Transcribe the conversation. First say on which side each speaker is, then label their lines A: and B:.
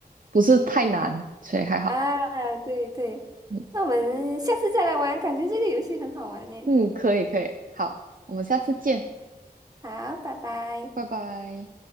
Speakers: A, on the right; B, on the right.
A: 不是太难，所以还好。
B: 啊，对对，
A: 嗯，
B: 那我们下次再来玩，感觉这个游戏很好玩呢。
A: 嗯可以可以，好，我们下次见，
B: 好，拜拜。
A: 拜拜。